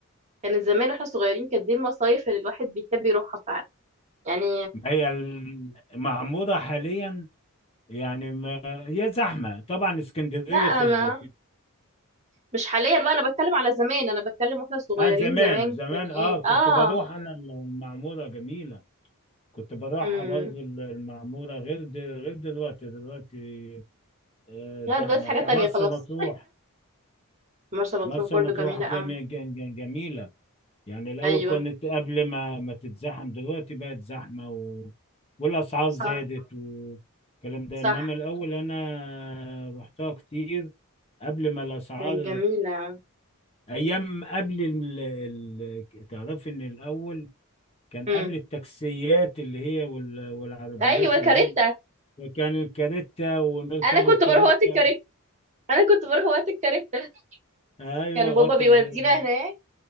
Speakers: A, on the right; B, on the left.
A: كانت زمان واحنا صغيرين كانت دي المصايف اللي الواحد بيحب يروحها فعلا يعني
B: هي المعمورة حاليا يعني ما هي زحمة طبعا اسكندرية
A: لا
B: في ال...
A: ما مش حاليا بقى انا بتكلم على زمان انا بتكلم واحنا صغيرين
B: اه زمان
A: زمان
B: زمان
A: كان
B: اه
A: ايه
B: كنت
A: اه
B: بروح انا المعمورة جميلة كنت بروحها
A: امم
B: برضو ال- المعمورة غير د... غير دلوقتي دلوقتي آه
A: لا
B: زحمة
A: دلوقتي حاجة
B: بتاع
A: تانية
B: مرسى
A: خلاص
B: مطروح
A: مرسى مطروح
B: مرسى
A: برضو
B: مطروح
A: جميلة
B: جمي...
A: أوي
B: ج- ج- جميلة يعني الأول
A: ايوه
B: كنت قبل ما ما تتزحم دلوقتي بقت زحمة و... والأسعار
A: صح
B: زادت والكلام ده
A: صح
B: إنما الأول أنا رحتها كتير قبل ما الأسعار
A: كانت جميلة
B: ايام قبل ال... ال... تعرفي ان الاول كان
A: امم
B: قبل التاكسيات اللي هي وال... والعربيات
A: ايوه
B: اللي
A: كاريتا
B: هي كان الكاريتا ونركبوا
A: انا كنت
B: الكاريتا
A: بروح وقت الكاريتا انا كنت بروح وقت الكاريتا
B: ايوه
A: كان بابا
B: وقت
A: بيودينا
B: ال... ال...
A: هناك